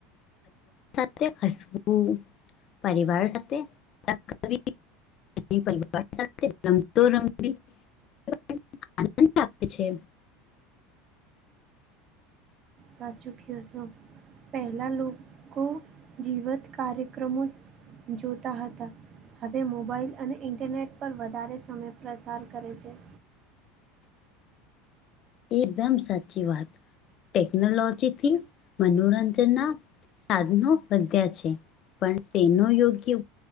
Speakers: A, on the left; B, on the right.
A: સાથે હસવું. પરિવાર સાથે <unintelligible> પરિવાર સાથે રમતો રમવી <unintelligible> આનંદ આપે છે.
B: સાચું ક્યોસો પહેલા લોકો જીવત કાર્યક્રમો જોતા હતા. હવે મોબાઈલ અને ઇન્ટરનેટ પર વધારે સમય પ્રસાર કરે છે.
A: એકદમ સાચી વાત ટેકનોલોજી થી મનોરંજન ના સાધનો વધ્યા છે પણ તેનો યોગ્ય